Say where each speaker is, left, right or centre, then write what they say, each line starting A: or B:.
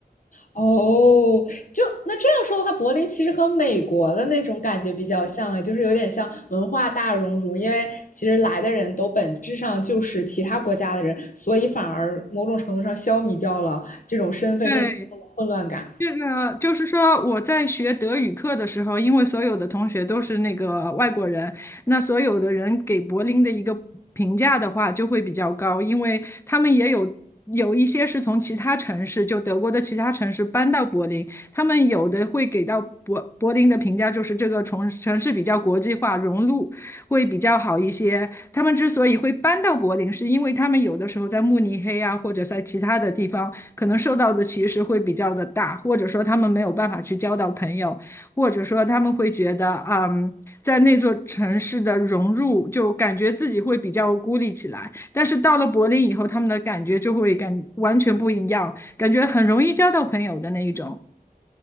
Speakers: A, on the left; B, on the left.
A: 哦，就那这样说的话，柏林其实和美国的那种感觉比较像啊，就是有点像文化大熔炉，因为其实来的人都本质上就是其他国家的人，所以反而某种程度上消弭掉了这种身份认。
B: 对
A: 混乱感，
B: 这个就是说，我在学德语课的时候，因为所有的同学都是那个外国人，那所有的人给柏林的一个评价的话就会比较高，因为他们也有有一些是从其他城市，就德国的其他城市搬到柏林，他们有的会给到柏柏林的评价就是这个城城市比较国际化，融入会比较好一些。他们之所以会搬到柏林，是因为他们有的时候在慕尼黑啊，或者在其他的地方。可能受到的歧视会比较的大，或者说他们没有办法去交到朋友，或者说他们会觉得，嗯，在那座城市的融入，就感觉自己会比较孤立起来。但是到了柏林以后，他们的感觉就会感完全不一样，感觉很容易交到朋友的那一种。